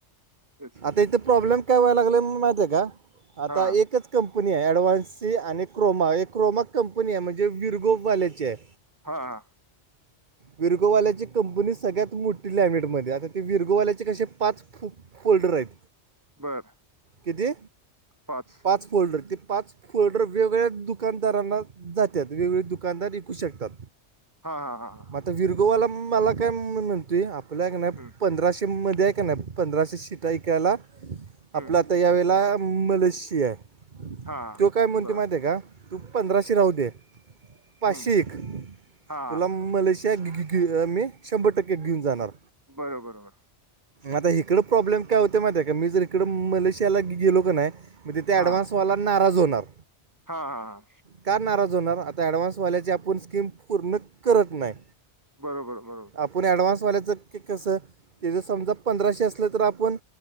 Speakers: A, on the right; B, on the right.
A: तेच
B: त्याचां प्रॉब्लेम काय व्हायला लागलं म माहिती आहे का आता
A: हा
B: एकच कंपनी आहे ॲडवान्सी आणि क्रोमा क्रोमा कंपनी आहे म्हणजे विरगोवाल्याचे आहे
A: हा हा
B: विरगोवाल्याची कंपनी सगळ्यात मोठी लॅमिटमध्ये आता ते विरघोवाल्याचे कसे पाच फु फोल्डर आहेत
A: बरं
B: कती
A: पाच
B: पाच फोल्डर ते पाच फोल्डर वेगळ्या दुकानदारांना जातात वेगवेगळे दुकानदार ऐकू शकतात
A: हा हा हा हां
B: मग आता विरगोवाला मला काय म्हणतोय आपल्या का नाही
A: हम्म,
B: पंधराशे मध्ये आहे का नाही पंधराशे शिटाऐकायला
A: हम्म,
B: आपला आता यावेेळेला मलेशी आहे
A: हा
B: तो काय म्हणती
A: बर
B: माहती आहे का तू पंधराशे राहू दे पाचशे
A: हम्म,
B: एक
A: हा
B: तुला मलेशिया घ मी शंभर टक्के घेऊन जाणार
A: बरोबरर
B: आता इकडं प्रॉब्लेम काय होते माहिती आहे का मी जर इकड मलेशियाला गेलो का नाही म्हणजे ते
A: हा
B: ॲडव्हान्सवाला नाराज होणार
A: हा हा हा
B: का नाराज होणार आता ऍडव्हान्स वाल्याची आपण स्कीम पूर्ण करत नाही
A: बरोबर बरोबर
B: आपण ऍडव्हान्सवाल्याचं क कसं ते जं समजा पंधराशे असलं तर आपण